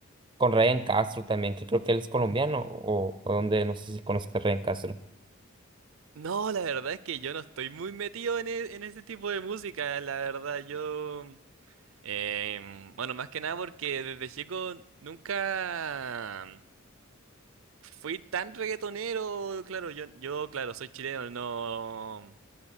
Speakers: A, on the right; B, on the right.
A: con Ryan Castro también, que creo que él es colombiano o, o donde, no sé si conozco a Ryan Castro.
B: No, la verdad es que yo no estoy muy metido en, e- en ese tipo de música, la verdad, yo... em, bueno, más que nada porque desde chico nunca... Fui tan reggaetonero, claro, yo, yo, claro, soy chileno, no,